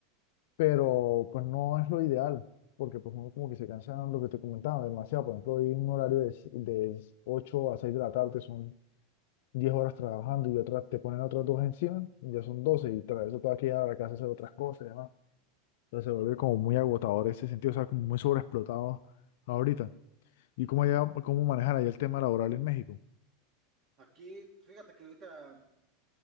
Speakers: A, on the left (about 55°); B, on the right (about 45°).
A: pero pues no es lo ideal, porque pues uno como que se cansa, lo que te comentaba, demasiado. Por ejemplo, hay un horario de, s- de 8 a 6 de la tarde, son 10 horas trabajando y otras te ponen otras dos encima, y ya son 12 y tras eso te vas a quedar a la casa a hacer otras cosas y demás. Entonces se vuelve como muy agotador ese sentido, o sea, como muy sobreexplotado ahorita. ¿Y cómo, allá- cómo manejar ahí el tema laboral en México?
B: Aquí, fíjate que ahorita